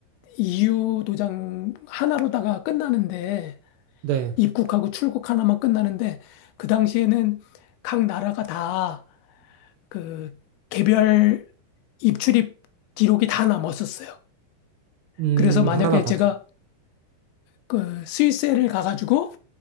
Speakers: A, on the left; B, on the right.
A: 이유 도장 하나로다가 끝나는데
B: 네,
A: 입국하고 출국 하나만 끝나는데 그 당시에는 각 나라가 다 그 개별 입출입 기록이 다 남았었어요.
B: 음,
A: 그래서 만약에
B: 하나하나 다
A: 제가
B: 좀.
A: 그 스위스를 가가지고